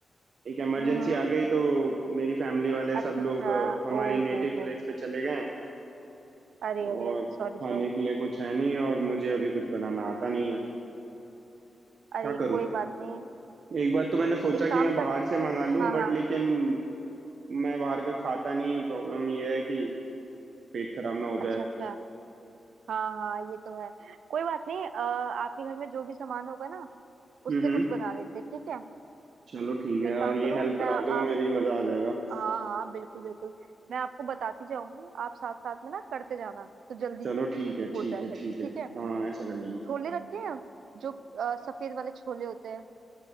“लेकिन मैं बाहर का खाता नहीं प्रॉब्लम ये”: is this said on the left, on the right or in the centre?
Right